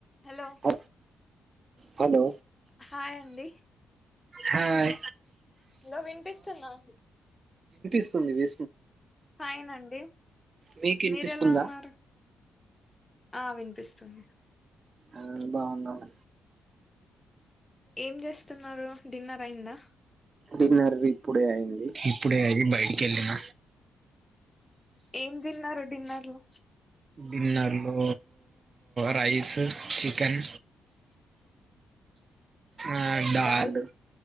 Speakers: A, on the left; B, on the right.
A: Hello
B: హ hello
A: hi అండి
B: hi
A: ఇంకా వినిపిస్తుందా
B: స్తుంది వే
A: ఫైన్ అండి
B: మీకు వినిపిస్తుందా
A: మీరు ఎలా ఉన్నారు ఆ వినిపిస్తుంది
B: ఆ బాగుందావు
A: అ ఏం చేస్తున్నారు డిన్నర్ అయిందా
B: డిన్నర్ ఇప్పుడే అయింది ఇప్పుడే అయిి బయటికి వెళ్ళిన
A: ఏం తిన్నారు డిన్నర్లు
B: బిన్నార్లు రైస్ చికెన్ ఆ దాలు
A: దాల్